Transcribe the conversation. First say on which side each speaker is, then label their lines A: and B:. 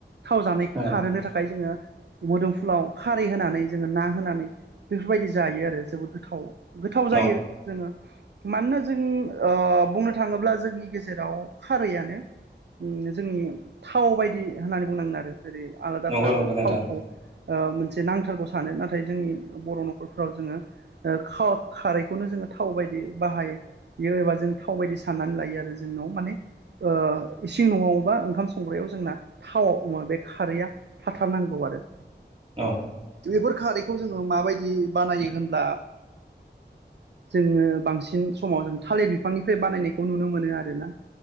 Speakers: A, on the right; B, on the right.
A: थाव जानायखौ
B: औ
A: खारहोनो थाखाय जोंङो मोदोमफुलाव खारै होनानै जोंङो ना होनानै बेफोरबायदि जायो आरो जोबोद गोथाव गोथाव जायो
B: औ
A: जोंङो मानोना जों बुंनो थांङोब्ला जोंनि गेजेराव खारैयनो जोंनि थाव बायदि होननानै बुंनांगोन आरो जेरै आलादाफ
B: नंगौ नंगौ
A: जों
B: नोंथां
A: थावखौ मोनसे नांथारगौ सानो नाथाय जोंनि बर' न'खरफोराव जोंङो ओ खाव‌ खारैखौनो जोंङो थाव बायदि बाहायो बियो एबा जों थाव बायदि साननानै लायो आरो जोंनाव माने ओ इसिं न'आवबा ओंखाम संग्रायाव जोंना थावाव बे खारैया थाथार नांगौ आरो
B: औ
A: बेफोर खारैखौ जोंङो माबायदि बानायो होनब्ला जोंङो बांसिन समाव जों थालिर बिफांनिफ्राय बानायनायखौ नुनो मोनो आरोना